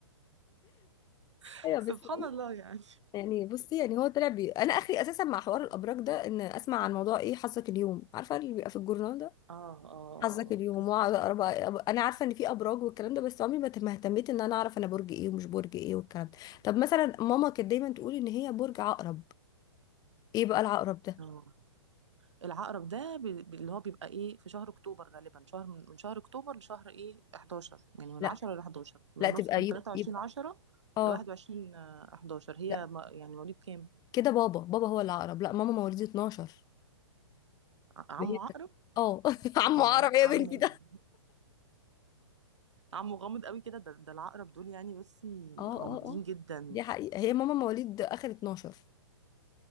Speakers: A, on the right (about 75°); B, on the left (about 25°).
A: <laughs>
B: ايوه بس
A: سبحان
B: والله.
A: الله يعني
B: يعني بصي يعني هو طلع بي... انا اخري اساسا مع حوار الابراج ده ان اسمع عن موضوع ايه حظك اليوم عارفه اللي بيبقى في الجورنال ده
A: اه اه
B: حظك اليوم
A: اه
B: واقعد اقرا بقى- انا عارفه ان في ابراج والكلام ده بس عمري ما ما اهتميت ان انا اعرف انا برج ايه ومش برج ايه والكلام ده طب مثلا ماما كانت دايما تقول ان هي برج عقرب ايه بقى العقرب ده
A: آه. العقرب ده ب- ب- اللي هو بيبقى ايه في شهر اكتوبر غالبا شهر من من شهر اكتوبر لشهر ايه 11 يعني من
B: لا
A: 10 ل 11 من
B: لا تبقى
A: نص من
B: يبقى
A: 23
B: يبقى
A: 10
B: اه
A: ل 21 آه، 11 هي
B: لا
A: ما- يعني مواليد كام
B: كده بابا بابا هو العقرب لا ماما مواليد 12
A: ع- عمو
B: وهي كانت-
A: عقرب
B: اه <laughs> عمو
A: يا
B: عقرب ايه يا
A: عمو
B: بنتي
A: <laughs> عمو غامض قوي كده ده, ده العقرب دول يعني بصي
B: اه
A: غامضين
B: اه اه
A: جدا
B: دي حقيقة هي ماما مواليد اخر 12